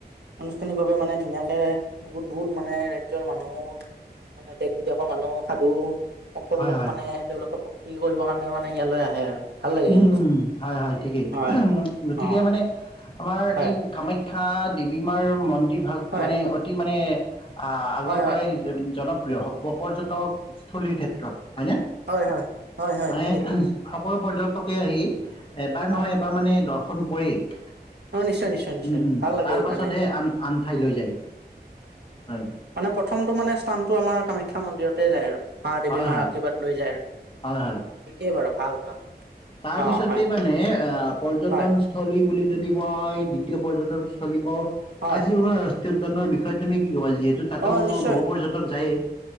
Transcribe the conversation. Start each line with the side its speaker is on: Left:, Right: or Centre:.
Right: আনুষ্ঠানিকভাৱে মানে ধুনীয়াকে বহুত বহুত মানে ৰাজ্যৰ মানুহ মানে দেশ বিদেশৰ মানুহ সাধু সকলো
Left: হয়
Right: লোক
Left: হয়
Right: মানে তেওঁলোকে ভক্তি কৰিবৰ কাৰণে মানে ইয়ালৈ আহে আৰু। ভাল লাগে
Left: উম,
Right: কিন্তু
Left: উম, হয় হয় ঠিকেই,
Right: হয়
Left: গতিকে
Right: অ
Left: মানে আমাৰ
Right: হয়
Left: এই কামাখ খ্যা দেৱী মাৰ মন্দিৰ ভাগ
Right: হয়
Left: মানে অতি মানে আ-আগৰ
Right: হয়
Left: পৰাই
Right: হয়
Left: জনপ্ৰিয় প-পৰ্যটকস্থলীৰ ক্ষেত হয় নে,
Right: হয় হয় হয় হয়
Left: মানে
Right: ঠিকেই
Left: সকলো পৰ্যটকে আহি, এবাৰ
Right: হয়
Left: নহয়, এবাৰ মানে দৰ্শন কৰেই। উম,
Right: অ নিশ্চয় নিশ্চয় নিশ্চয়
Left: উম,
Right: ভাল লাগে
Left: তাৰ
Right: এইকাৰণে
Left: পাছতহে, আন, আন ঠাই লৈ যায়, হয়।
Right: মানে প্ৰথমটো মানে স্থানতটো আমাৰ কামাখ্যা মন্দিৰতে যায় আৰু। মা, দেৱী
Left: হয়
Right: মাৰ
Left: হয়
Right: আশীৰ্বাদ লৈ যায়, আৰু
Left: হয়
Right: ঠিকেই বাৰু ভাল, ভাল।
Left: তাৰ
Right: অ
Left: পিছতে
Right: হয়
Left: মানে অ, পৰ্যটন
Right: হয়
Left: স্থলী বুলি যদি মই, দ্বিতীয় পৰ্যটনস্থলী কওঁ
Right: হয়
Left: কাজিৰঙা ৰাষ্ট্ৰীয় উদ্যানৰ বিষয়ে তুমি কি ক'বা, যিহেতু তাতো
Right: অ নিশ্চয়
Left: বহু পৰ্যটক যায়েই।